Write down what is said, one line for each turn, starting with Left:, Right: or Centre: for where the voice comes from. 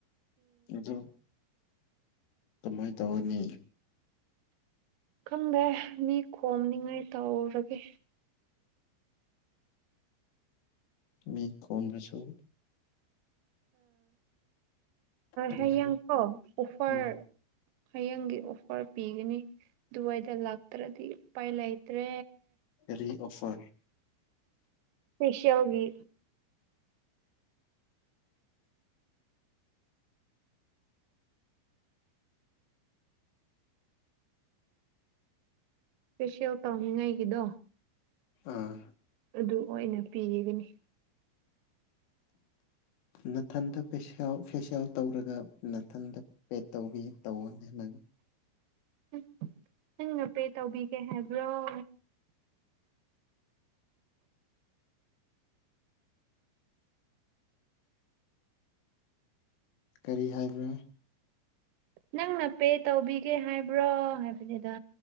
Left: ꯑ ꯀꯃꯥꯏꯅ ꯇꯧꯔꯅꯤ
Right: ꯈꯪꯗꯦ ꯃꯤ ꯈꯣꯝꯅꯤꯉꯥꯏ ꯇꯥꯎꯔꯒꯦ
Left: ꯃꯤ ꯀꯣꯟꯅꯁꯨ ꯀꯃꯥꯏ
Right: ꯍꯌꯦꯡꯀꯣ ꯑꯣꯐꯔ
Left: ꯎꯝ
Right: ꯍꯌꯦꯡꯒꯤ ꯑꯣꯐꯔ ꯄꯤꯒꯅꯤ ꯑꯗꯨꯗꯨꯋꯥꯏꯗ ꯂꯥꯛꯇ꯭ꯔꯗꯤ ꯎꯄꯥꯏ ꯂꯩꯇ꯭ꯔꯦ
Left: ꯔꯤ ꯑꯣꯐꯔ
Right: ꯐꯤꯁꯎꯒꯤ ꯈꯦꯁꯤ ꯑꯧ ꯇ ꯍꯤ ꯉꯥꯏꯒꯗꯣ
Left: ꯑꯥ
Right: ꯑꯗꯨ ꯑꯣꯏꯅ ꯄꯤꯒꯅꯤ
Left: ꯅꯊꯟꯗ ꯐꯦꯁꯤꯜ ꯇꯧꯔꯒ ꯅꯥꯊꯟꯗ ꯄꯦꯠ ꯇꯧꯅꯤ ꯇꯧꯅꯦ ꯅꯪ
Right: ꯎ ꯅꯪꯅ ꯄꯦ ꯇꯧꯕꯤꯒꯦ ꯍꯥꯏꯕ꯭ꯔꯣ <inaudible>
Left: ꯀꯔꯤ ꯍꯥꯏꯕ꯭ꯔꯥ
Right: ꯅꯪꯅ ꯄꯦ ꯇꯧꯕꯤꯒꯦ ꯍꯥꯏꯕ꯭ꯔꯣ ꯍꯥꯏꯕꯅꯤꯗ